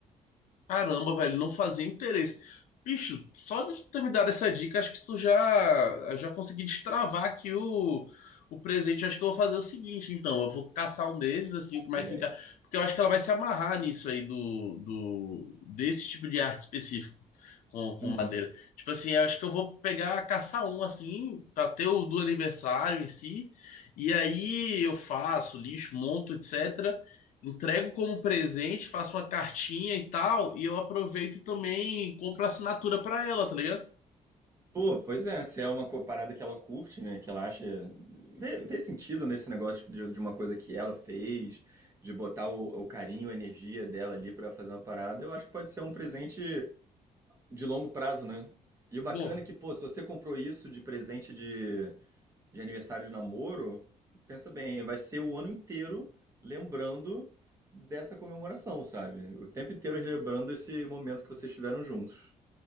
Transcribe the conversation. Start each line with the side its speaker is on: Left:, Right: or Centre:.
Left: Caramba, velho, não fazia interesse. Bicho, só de tu ter me dado essa dica, acho que tu já já consegui destravar aqui o, o presente. Acho que eu vou fazer o seguinte, então. Eu vou caçar um desses, assim, o que mais
Right: chega
Left: se
Right: aí.
Left: encaixa. Porque eu acho que ela vai se amarrar nisso aí do, do desse tipo de arte específico com, com
Right: Uhum.
Left: madeira. Tipo assim, eu acho que eu vou pegar, caçar um, assim, pra ter o do aniversário em si. E aí eu faço lixo, monto, etc. Entrego como presente, faço uma cartinha e tal, e eu aproveito e também compro assinatura pra ela, tá ligado?
Right: Pô, pois é, se é uma co- parada que ela curte, né? Que ela acha. Vê, vê sentido nesse negócio de, de uma coisa que ela fez, de botar o, o carinho, a energia dela ali pra fazer uma parada, eu acho que pode ser um presente de longo prazo, né? E o bacana
Left: Pô,
Right: é que, pô, se você comprou isso de presente de, de aniversário de namoro, pensa bem, vai ser o ano inteiro lembrando dessa comemoração, sabe? O tempo inteiro lembrando esse momento que vocês tiveram juntos.